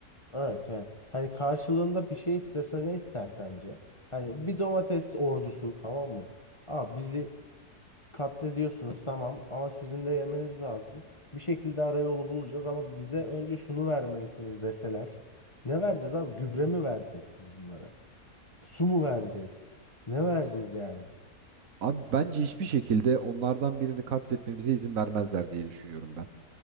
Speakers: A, on the left; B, on the right.
A: Evet, he. Hani karşılığında bir şey istese ne ister sence? Hani bir domates ordusu tamam mı? Aa bizi katlediyorsunuz tamam ama sizin de yemeniz lazım. Bir şekilde ara yolu bulacağız ama bize önce şunu vermelisiniz deseler. Ne vereceğiz abi? Gübre mi vereceğiz biz bunlara? Su mu vereceğiz? Ne vereceğiz yani?
B: Abi bence hiçbir şekilde onlardan birini katletmemize izin vermezler diye düşünüyorum ben.